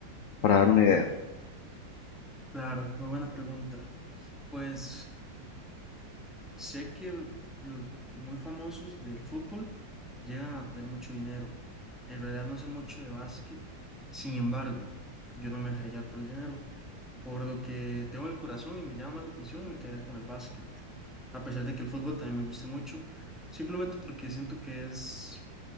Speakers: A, on the left; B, in the centre.
A: para darme una idea.
B: Claro, muy buena pregunta. Pues Sé que los muy famosos del fútbol llegan a tener mucho dinero. En realidad no sé mucho de básquet, sin embargo, yo no me dejaré llevar por el dinero. Por lo que tengo el corazón y me llama más la atención, me quedaría con el básquet. A pesar de que el fútbol también me guste mucho, simplemente porque siento que es